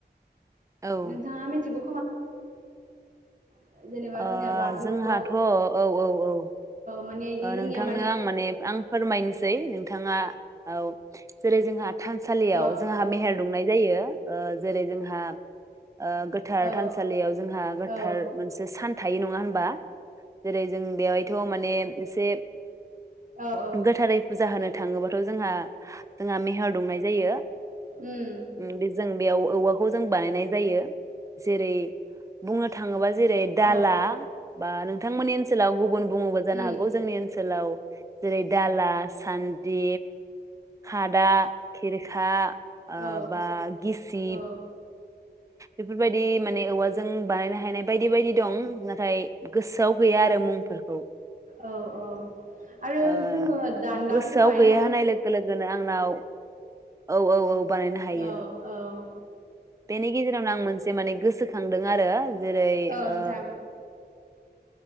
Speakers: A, on the right; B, on the right.
A: औ ओ
B: नोंथाङा मिथिगौ <unintelligible>
A: ओ
B: जोंनिया बाथौखौ
A: जोंहाथ औ औ औ
B: माने इदि जोंनिया
A: नोंथांनो
B: माने
A: आं आं फोरमायनोसै नोंथाङा औ जेरै जोंहा थानसालियाव
B: औ
A: जोंहा
B: औ
A: मेहेर दुंनाय जायो । ओ जेरै जोंहा ओ गोथार
B: औ
A: थानसालियाव जोंहा गोथार
B: औ
A: मोनसे सान थायो नङा होनबा जेरै जों बेवायथ' माने एसे
B: औ औ
A: गोथारै फुजा होनो थाङोबाथ' जोंहा जोंहा मेह'र दुंनाय जायो
B: उम
A: ओम जों बेयाव औवाखौ जों बानायनाय जायो जेरै बुंनो थाङोबा जेरै दाला
B: औ
A: बा नोंथांमोननि सोलाव गुबुन बुङोबो जानो
B: उम
A: हागौ जोंनि ओनसोलाव जेरै दाला सान्द्रि खादा खिरखा
B: औ
A: ओ बा गिसिब
B: औ
A: बेफोरबायदि माने औवाजों बानायनो हानाय बायदि बायदि दं नाथाय गोसोआव गैया आरो मुंफोरखौ
B: औ औ आरो
A: ओ
B: जोंङो दान्दाबोथ'
A: गोसोआव
B: बायनो
A: गैया
B: हायो
A: होनाय लोगो लोगोनो आंनाव औ औ औ बानायनो हायो
B: औ औ ।
A: बेनि गेजेरावनो आं मोनसे माने गोसोखांदों आरो जेरै
B: औ नोंथां
A: ओ